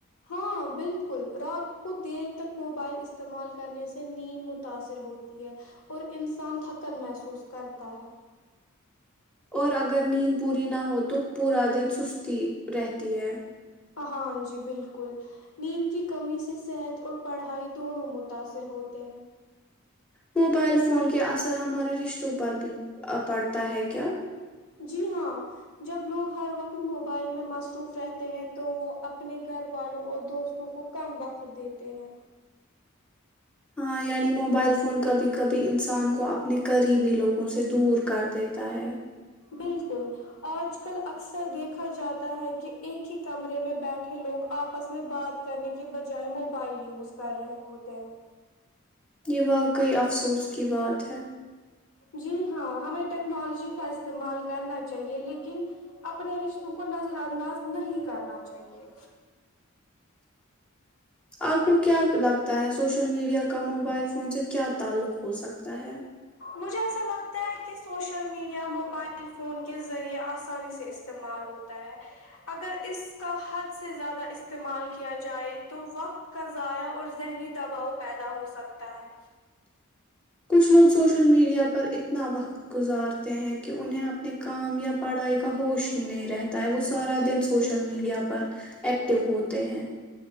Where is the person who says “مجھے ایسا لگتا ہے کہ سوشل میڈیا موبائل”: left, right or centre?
Left